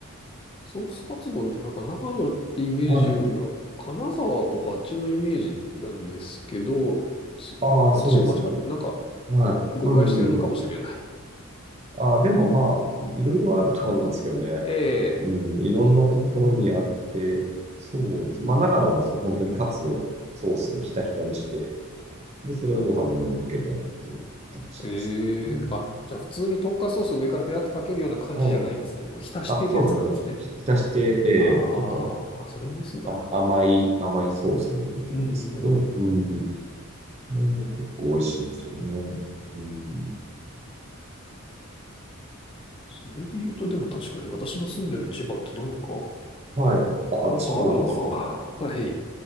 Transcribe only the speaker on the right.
はい。
ああ、そうですか。
はい。
うん。ああ、でもまあ、いいろいろあるとは思うんですけどね。
うん。いろんなところにあって、
そうです。まあ、長野はそう、本当にカツをソースでひたひたにして、で、それをご飯の上に乗っけてあるっていう形ですね。
うん。
はい。
あ、そうですね。もうひ、ひひたして、ええちょっと
あ、甘い、甘いソースみたいですけど、
うん。これも結構美味しいんですよね。うん。
はい。あ、
千葉ですか。